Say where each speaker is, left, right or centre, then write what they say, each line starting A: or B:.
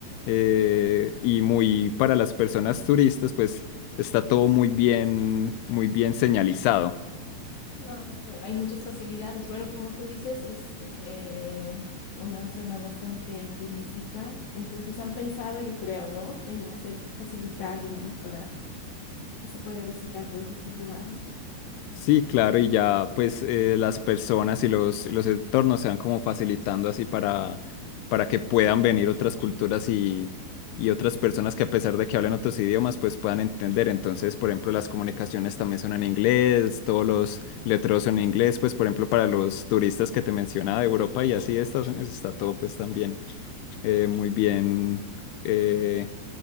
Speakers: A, on the left; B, on the left.
A: eh, y muy para las personas turistas pues está todo muy bien, muy bien señalizado.
B: Ah, hay muchas facilidades. Bueno, como tú dices, es eh, una zona bastante turística, entonces han pensado, yo creo, ¿no? En hacer facilitar, digamos, para que se pueda visitar todos esos lugares.
A: Sí, claro, y ya pues eh, las personas y los, los entornos se van como facilitando así para, para que puedan venir otras culturas y, y otras personas que a pesar de que hablen otros idiomas pues puedan entender. Entonces, por ejemplo, las comunicaciones también son en inglés, todos los letreros son en inglés, pues por ejemplo para los turistas que te mencionaba de Europa y así de Estados Unidos está todo pues también eh, muy bien eh,